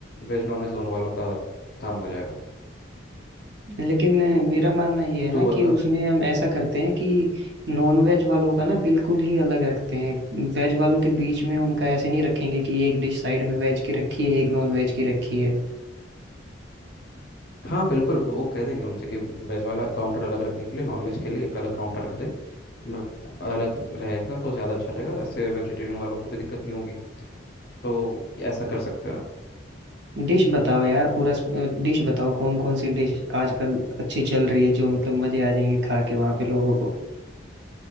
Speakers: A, on the left; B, on the right.
A: वेज नॉनवेज दोनों वालों का काम हो जाएगा
B: लेकिन अ, मेरा मानना ये है ना
A: तू बता
B: कि उसमें हम ऐसा करते हैं कि नॉन वेज वालों का ना बिल्कुल ही अलग रखते हैं वेज वालों के बीच में उनका ऐसे नहीं रखेंगे कि एक डिश साइड में वेज की रखी है एक नॉन वेज की रखी है
A: हाँ बिल्कुल वो कह देंगे उनसे कि वेज वाला काउंटर अलग रखने के लिए नॉनवेज के लिए एक अलग काउंटर रख दे न- अलग रहेगा तो ज़्यादा अच्छा रहेगा ऐसे वेजिटेरियन वालों को भी दिक्कत नहीं होगी तो ऐसा कर सकते हैं
B: डिश बताओ यार पूरा डिश बताओ कौन कौन सी डिश आजकल अच्छी चल रही है जो मतलब मजे आ जाएंगे खा के वहां पे लोगों को